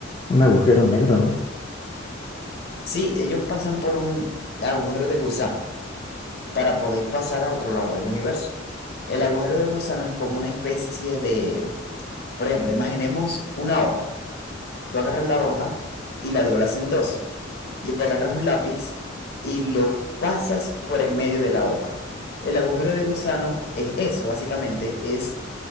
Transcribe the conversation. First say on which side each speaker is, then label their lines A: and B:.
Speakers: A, on the left (about 30°); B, on the left (about 55°).
A: un agujero negro, ¿no?
B: Sí, ellos pasan por un agujero de gusano. para poder pasar a otro lado del universo. El agujero de gusano es como una especie de, por ejemplo, imaginemos una hoja. Tú agarras la hoja y la doblas en dos y agarras un lápiz y lo pasas por en medio de la hoja. El agujero de gusano es eso, básicamente, es